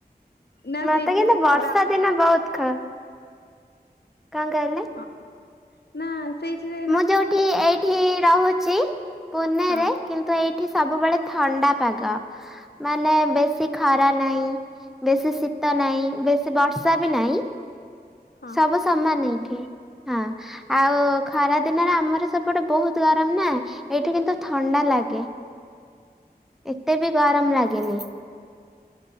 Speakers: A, on the left; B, in the centre.
A: ନା
B: ମତେ
A: ସେଇଠି
B: କିନ୍ତୁ
A: ବେଶୀ
B: ବର୍ଷା
A: ଖରା
B: ଦିନ ବହୁତ ଖ କାଣ କହିଲେ?
A: ହଁ। ନା ସେଇଥି ରେ
B: ମୁଁ ଯୋଉଠି ଏଇଠି ରହୁଛି ପୁନେରେ
A: ହଁ
B: କିନ୍ତୁ ଏଇଠି ସବୁବେଳେ ଥଣ୍ଡା ପାଗ ମାନେ ବେଶୀ ଖରା ନାହିଁ। ବେଶୀ ଶୀତ ନାହିଁ ବେଶୀ ବର୍ଷା ବି ନାହିଁ।
A: ହଁ।
B: ସବୁ ସମାନ ଏଇଠି ହଁ ଆଉ ଖରା ଦିନରେ ଆମର ସେପଟେ ବହୁତ ଗରମ ନା ଏଇଠି କିନ୍ତୁ ଥଣ୍ଡା ଲାଗେ। ଏତେ ବି ଗରମ ଲାଗେନି।